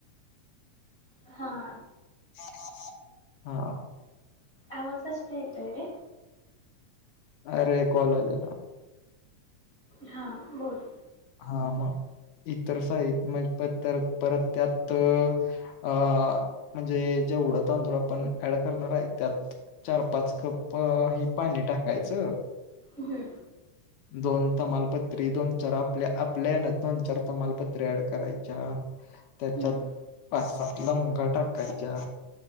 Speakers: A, on the left (about 25°); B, on the left (about 75°).
A: हा
B: <inaudible> हा
A: आवाज कसला येतोय रे
B: अरे कॉल आलेला.
A: हा बोल.
B: हा मग इतर साहित्य म्हणजे प तर परत त्यात आ म्हणजे जेवढे तांदूळ आपण ऍड करणार आहे त्यात चार-पाच कप ही पाणी टाकायचं.
A: हं,
B: दोन तमालपत्री दोन-चार आपल्या हेन दोन-चार तमालपत्री ॲड करायच्या त्याच्यात
A: हं,
B: पाच् सात लवंगा टाकायच्या